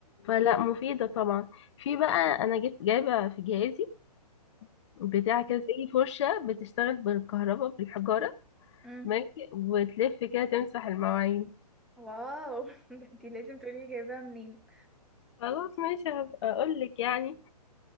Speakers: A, on the left; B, in the centre.
A: فلا مفيدة طبعا في بقى انا جبت جايبة في جهازي بتاع كده زي فرشة بتشتغل بالكهرباء بالحجارة
B: امم
A: ماشي وتلف كده تمسح المواعين
B: واو <laughs> ده انت لازم تقولي لي جايباها منين
A: خلاص ماشي هبقى اقولك يعني